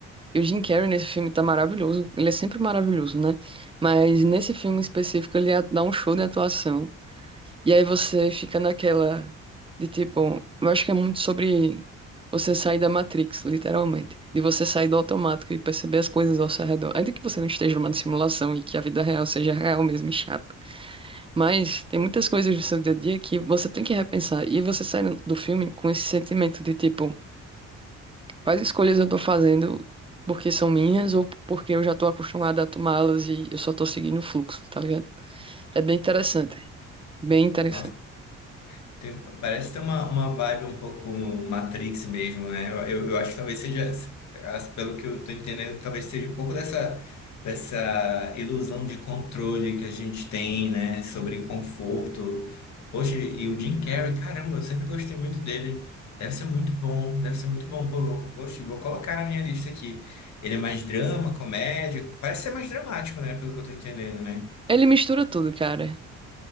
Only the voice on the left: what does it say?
Nossa. Tem- parece ter uma, uma vibe um pouco Matrix mesmo, né? Eu, eu eu acho que talvez seja, as- pelo que eu tô entendendo, talvez seja um pouco dessa, dessa ilusão de controle que a gente tem, né? Sobre conforto. Poxa, e o Jim Carrey, caramba, eu sempre gostei muito dele. Deve ser muito bom, deve ser muito bom. Pô, vou, vou, vou colocar na minha lista aqui. Ele é mais drama, comédia, parece ser mais dramático, né? Pelo que eu tô entendendo, né?